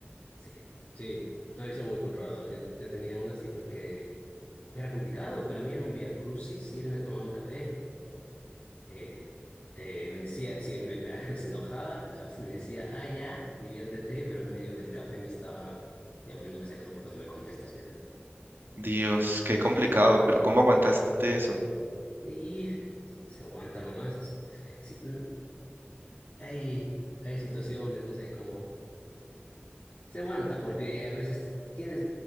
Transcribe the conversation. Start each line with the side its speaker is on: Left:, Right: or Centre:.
Left: Sí, sí, no, ellos son muy controladores. Yo, yo tenía una así porque era complicado. Para mí era un vía crucis irme a tomar un café. Eh, eh, me decía, sí, me- me- <laughs> se enojaba, a veces me decía, ah, ya, diviértete, pero en medio del café me estaba llamando, me sacando porque no me contestas, ¿qué haces, no?
Right: Dios, qué complicado, pero ¿cómo aguantaste eso?
Left: Y se se aguanta nomás, es, es que sí, no, hay, hay situaciones, no sé cómo, se aguanta porque a veces t- tienes